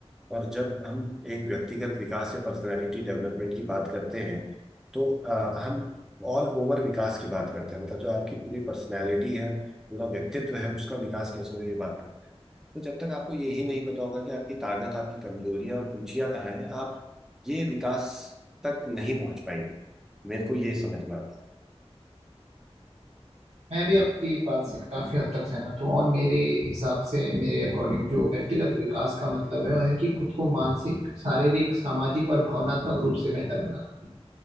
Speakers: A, in the centre; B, on the right (about 80°).
A: और जब हम एक व्यक्तिगत विकास या पर्सनालिटी डेवलपमेंट की बात करते हैं तो अ, हम ऑल ओवर विकास की बात करते हैं मतलब जो आपकी पूरी पर्सनालिटी है पूरा व्यक्तित्व है उसका विकास कैसे हो ये बात करते हैं तो जब तक आपको यही नहीं पता होगा कि आपकी ताकत आपकी कमजोरियां और रुचियां कहाँ हैं आप ये विकास तक नहीं पहुंच पाएंगे मेरे को ये समझ में आता है
B: मैं भी आपकी बात से काफी हद तक सहमत हूँ और मेरे हिसाब से मेरे अकॉर्डिंग जो व्यक्तिगत विकास का मतलब है वह है कि खुद को मानसिक शारीरिक सामाजिक और भावनात्मक रूप से बेहतर बनाना